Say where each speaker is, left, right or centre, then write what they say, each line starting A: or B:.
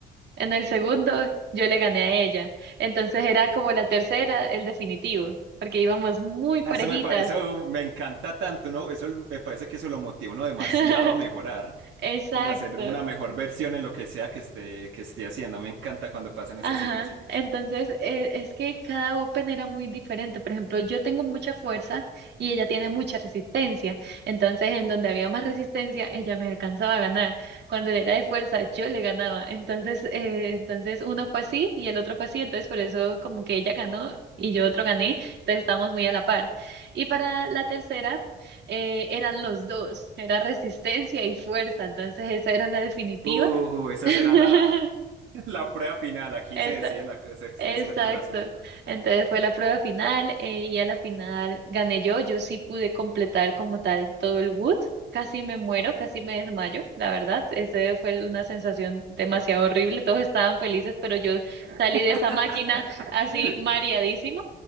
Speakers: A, on the right; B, on the right.
A: En el segundo yo le gané a ella. Entonces era como la tercera, el definitivo, porque íbamos muy parejitas.
B: Ah, Eso me, pa- eso me encanta tanto, ¿no? Eso me parece que eso lo motiva a uno demasiado
A: <laughs>
B: a mejorar,
A: Exacto.
B: como a hacer una mejor versión en lo que sea que esté, que esté haciendo. Me encanta cuando pasan esas
A: Ajá,
B: situaciones.
A: entonces eh, es que cada open era muy diferente. Por ejemplo, yo tengo mucha fuerza y ella tiene mucha resistencia. Entonces, en donde había más resistencia, ella me alcanzaba a ganar. Cuando era de fuerza, yo le ganaba. Entonces, eh, entonces uno fue así y el otro fue así. Entonces, por eso como que ella ganó y yo otro gané. Entonces, estábamos muy a la par. Y para la tercera, eh, eran los dos. Era resistencia y fuerza. Entonces, esa era la definitiva.
B: Uh, esa
A: <laughs>
B: será la, <laughs> la prueba final. Aquí
A: Eso,
B: se decide la, cosa, se se
A: Exacto.
B: decide todo el asunto.
A: Entonces fue la prueba final eh, y a la final gané yo. Yo sí pude completar como tal todo el wood. Casi me muero, casi me desmayo, la verdad. Ese fue una sensación demasiado horrible. Todos estaban felices, pero yo salí de
B: <laughs>
A: esa máquina así mareadísima.